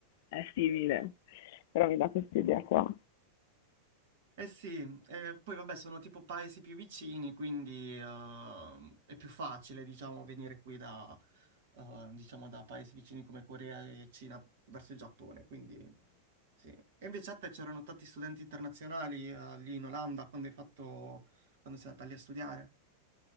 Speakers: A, on the left (about 50°); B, on the right (about 55°).
A: eh, è simile, però mi dà questa idea qua.
B: Eh sì, eh, poi vabbè sono tipo paesi più vicini, quindi eh, è più facile diciamo venire qui da, eh, diciamo, da paesi vicini come Corea e Cina verso il Giappone, quindi sì. E invece a te c'erano tanti studenti internazionali eh, lì in Olanda quando hai fatto, quando sei andata lì a studiare?